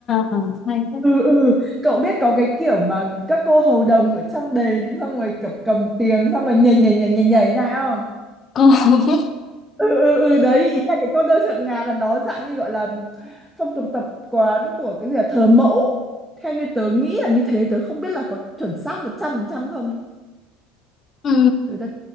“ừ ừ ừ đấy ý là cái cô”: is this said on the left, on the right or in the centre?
Centre